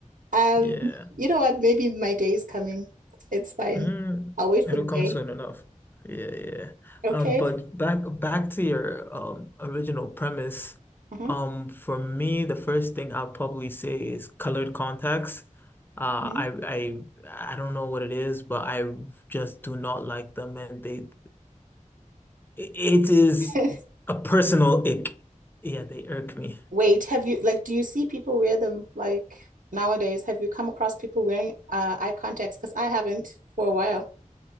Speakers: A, on the right; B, on the left.
A: Um,
B: Yeah.
A: you know what? Maybe my day is coming. It's fine.
B: Mm,
A: I'll wait
B: it'll
A: for the
B: come
A: day.
B: soon enough. Yeah, yeah.
A: Okay.
B: Um, but back back to your um original premise.
A: Uh-huh.
B: Um, for me, the first thing I'll probably say is colored contacts. Uh,
A: Mhm.
B: I I I don't know what it is, but I just do not like them, and they it is
A: <laughs>
B: a personal ick. Yeah, they irk me.
A: Wait, have you like do you see people wear them like nowadays? Have you come across people wearing uh eye contacts? Because I haven't for a while.